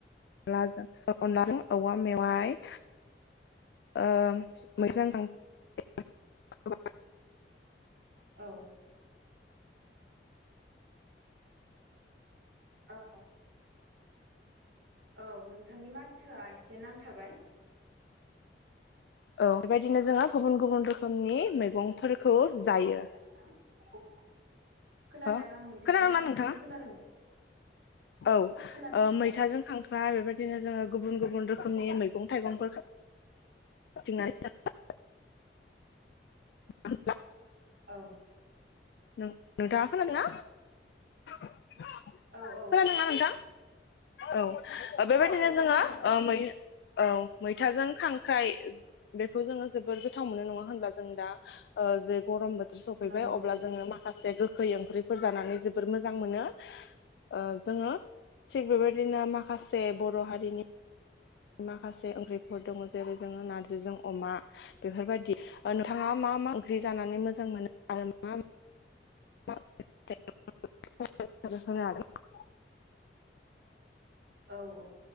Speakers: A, on the left; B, on the right.
A: लाजों अनलाजों औवा मेवाय ओ मोजां <unintelligible>
B: औ। औ। औ नोंथांनि माथोआ एसे नांथाबाय।
A: औ बेबायदिनो जोङो गुबुन गुबुन रोख रोखोमनि मैगंफोरखौ जायो।
B: औ खोनादों
A: हो
B: आं मैथाजों
A: खोनादोंना
B: खांख्रायसिम
A: नोंथाङा
B: खोनादों।
A: औ
B: खोनादों
A: ओ मैथाजों खांख्रा बेबाद बिदिनो जोङो गुबुन गुबुन रोखोमनि मैगं थाइगंफोर <unintelligible> <unintelligible>
B: औ।
A: नों-नोंथाङा खोनादोंना? खोनादोंना
B: औ औ
A: नोंथां? औ ओ बेबायदिनो
B: औ खोनादों
A: जोङो
B: आं
A: ओ मै औ मैथाजों खांख्राइ बेखौ जोङो जोबोद गोथाव मोनो नङा होनब्ला जों दा जे गरम बो सफैबाय
B: नंगौ
A: अब्ला जोङो माखासे गो गोखै ओंख्रिफोर जानानै जोबोर मोजां मोनो ओ जोङो थिग बेबायदिनो माखासे बर' हारिनि माखासे ओंख्रिफोर दङ जेरै जोङो नारजिजों अमा बेफोरबायदि ओ नोंथाङा मा मा ओंख्रि जानानै मोजां मोनो आरो मा <unintelligible>
B: औ औ